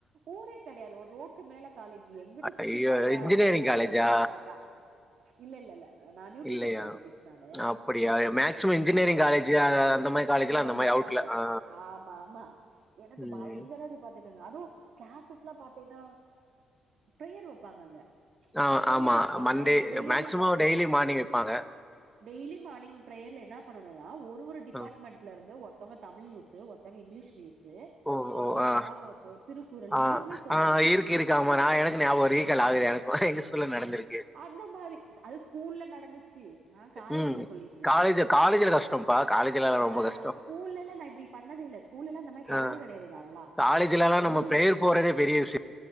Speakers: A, on the right; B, in the centre.
A: ஊரே கெடையாது ஒரு ரோட்டு மேல காலேஜு எங்கிட்டு சுத்தி
B: ஐயோ
A: பாரக்ஷத்தாலு
B: இன்ஜினியரிங்
A: வெறு
B: காலேஜா
A: தென்ன மரந்தா இல்லல்லல நா நியூட்ரிஷன்
B: இல்லையா
A: டயடிடிஸ் நானு
B: அப்படியா மேக்சிமம் இன்ஜினியரிங்
A: ஆமா
B: காலேஜ் மாரி காலேஜ்ல
A: அந்த மாரி வெப்பாங்க
B: அவுட்ல ஆ
A: ஆமா ஆமா எனக்கு
B: ம்
A: பயங்கரது பாத்து கங்க அதூ கிளாஸஸ்லா பாத்தீஙன்னா ப்ரேயர் வெப்பாங்க அங்க
B: ஆ
A: பிரேயர்
B: ஆமா
A: வப்பாங்க
B: மண்டே
A: அந்த பிரேயர்ல
B: மேக்சிமோ
A: பாத்தீங்கன்னா
B: டெய்லி மார்னிங் வெப்பாங்க
A: டெய்லி மார்னிங் பிரேயர்ல என்ன பண்ணனுனா ஒரு ஒரு டிபார்ட்மெண்ட்
B: ஆ
A: லருந்து ஒருத்தவுங்க தமிழ் நியூஸு ஒருத்தங்க இங்கிலீஷ் நியூஸு
B: ஓ
A: ஒருத்தவங்க
B: ஓ ஆ
A: ப்ராவர்ப்பு திருக்குறள்
B: ஆ
A: எல்லாமே சொல்லணு
B: ஆ இருக்கு இருக்கு ஆமா நா எனக்கு ஞாபோ ரீகால் ஆகுது எனக்கூ எங்க ஸ் ஸ்கூல்ல நடந்திருக்
A: இந்த மாரி அது ஸ்கூல்ல நடந்துச்சு நான் காலேஜில்
B: ம்
A: சொல்லிட்ருக்கே
B: காலேஜ் காலேஜ்ல கஷ்டம்ப்பா காலேஜ்லலா
A: ஆ
B: ரொம்ப கஷ்டோ
A: ஸ்கூல்லல நா இப்டி பண்ணதில்ல ஸ்கூல்லலா இந்த மாதிரி பண்ணதே
B: ஆ
A: கெடையாது நாங்கலா
B: காலேஜ்லலா
A: ஒன்லி
B: நம்ம பிரேயர் போறதே பெரிய விஷயோ